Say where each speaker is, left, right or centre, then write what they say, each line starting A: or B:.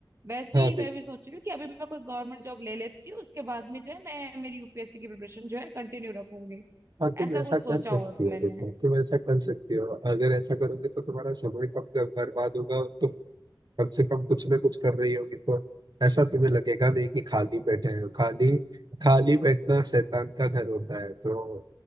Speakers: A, on the right (about 35°); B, on the right (about 55°).
A: वैसे
B: हाँ
A: ही
B: भी
A: मैं भी सोच रही हूँ कि अभी मैं कोई गवर्नमेंट जॉब ले लेती हूँ उसके बाद में जो है मैं मेरी यूपीएससी की प्रिपरेशन जो है कंटिन्यू रखूंगी
B: हाँ तुम
A: ऐसा
B: ऐसा
A: कुछ
B: कर
A: सोचा
B: सकती
A: हुआ है
B: हो
A: मैंने
B: देखो तुम ऐसा कर सकती हो अगर ऐसा करोगे तो तुम्हारा समय कम कम बर्बाद होगा और तुम कम से कम कुछ ना कुछ कर रही होगी तो ऐसा तुम्हें लगेगा नहीं कि खाली बैठे हैं खाली खाली बैठना शैतान का घर होता है तो